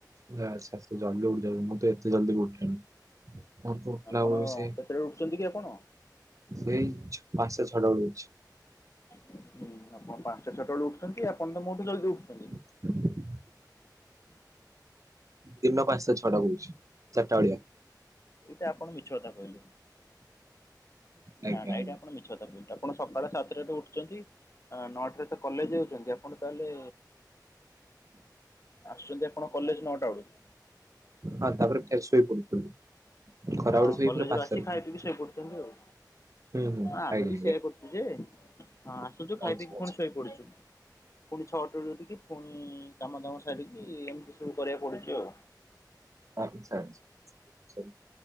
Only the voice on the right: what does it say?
ଯା ଆଚ୍ଛା ଏତେ ଜଲଦି ଉଠି ଯାଉଚନି। ମୁଁ ତ ଏତେ ଜଲଦି ବି ଉଠେନି। କୁହନ୍ତୁ ପିଲାବେଳରୁ
ସଏ
ସେଇ ପାଞ୍ଚଟା ଛଅଟା ବେଳୁ ଉଠଛି।
<unintelligible> ଦିନ ପାଞ୍ଚଟା ଛଅଟା କହୁଛି। ଚାରିଟା ବଳିଆ।
ଆଜ୍ଞା
ଆଜ୍ଞା
ଆଉ ତା ପରେ ଫେର୍ ଶୋଇପଡିଥିଲୁ। ଖରାବେଳେ
ଶୋଇ
ଫେର ପାଞ୍ଚଟାରେ
ଉଠୁଛି।
ହୁଁ ହୁଁ।
ଆଜ୍ଞା
ଆଜ୍ଞା।
ଆଚ୍ଛା
ଆଚ୍ଛା।
ଆଚ୍ଛା ଆଚ୍ଛା।